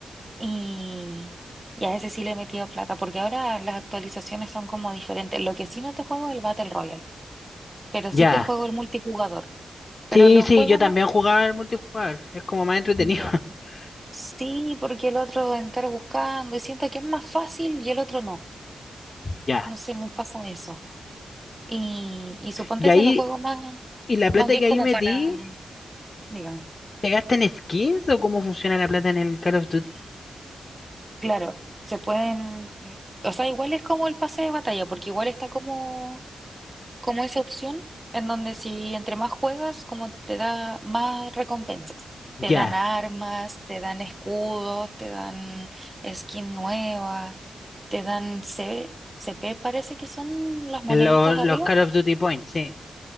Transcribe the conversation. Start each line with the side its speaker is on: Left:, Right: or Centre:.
Right: y, y a ese sí le he metido plata, porque ahora las actualizaciones son como diferentes. Lo que sí no te juego es el Battle Royale, pero
Left: Ya.
Right: sí te juego el multijugador. Pero
Left: Sí,
Right: lo
Left: sí,
Right: juego
Left: yo también
Right: más...
Left: jugaba el multijugador. Es como más entretenido.
Right: Ya,
Left: <laughs>
Right: sí, porque el otro entrar buscando y siento que es más fácil y el otro no.
Left: Ya.
Right: No sé, me pasa eso. Y, y suponte
Left: Y ahí,
Right: se los juegos más,
Left: ¿y la plata
Right: más bien
Left: que
Right: como
Left: ahí metí?
Right: para, dígame,
Left: ¿Te gastan en skins o cómo funciona la plata en el Call of Duty?
Right: claro, se pueden, o sea, igual es como el pase de batalla, porque igual está como, como esa opción en donde si entre más juegas, como te da más recompensas.
Left: Ya.
Right: Te dan armas, te dan escudos, te dan skin nueva, te dan c c p parece que son las moneditas
Left: En los, los
Right: arriba.
Left: Call of Duty Points, sí.